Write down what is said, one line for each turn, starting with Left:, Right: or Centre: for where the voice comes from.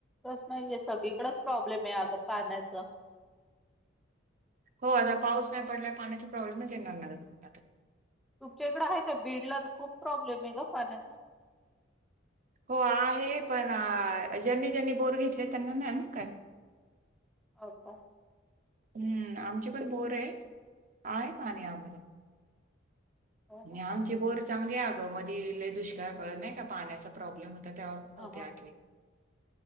Centre: सनाहीय सगळीकडच प्रॉब्लेम आहे अगं पाण्याच
Right: हो अ पाऊस नाही पडलाय पाण्याचा प्रॉब्लेम नाटात
Centre: तुमच्या इकडं आहे का बीडला तर खूप प्रॉब्लेम आहे ग पाण्याचा
Right: हो आहे पण ज्यांनी ज्यांनी बोर घेतले त्यांना नाही का?
Centre: हो का?
Right: हम्म आमची पण बोर आहे आहे पाणी आम्हाला
Centre: हो
Right: जञानचे
Centre: ना
Right: बोर. चांगली आगं मध दुष्काळ नाही का पाण्याचा प्रॉब्लेम होता. आता तेव्हा पण
Centre: ह
Right: नव्हते
Centre: हा
Right: आठली.